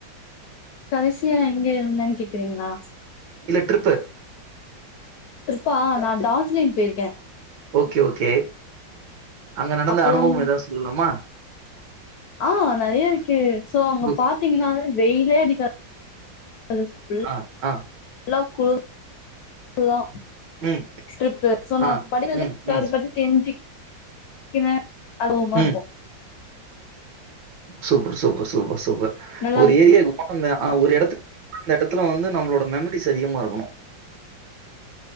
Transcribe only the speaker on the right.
இல்ல ட்ரிப்பு
ஓகே ஓகே அங்க நடந்த
அனுபவம் எதாவ்து சொல்லலாமா
ஓகே.
ஆ ஆ
ம்,
ஆ,
ம்,
ம்,
ம்.
சூப்பர் சூப்பர் சூப்பர் சூப்பர்
ஒரு
ஏரியாக்கு அந்த ஆ ஒரு எடத்து அந்த எடத்துல வந்து நம்மளோட மெமரிஸ் அதிகமா இருக்கணு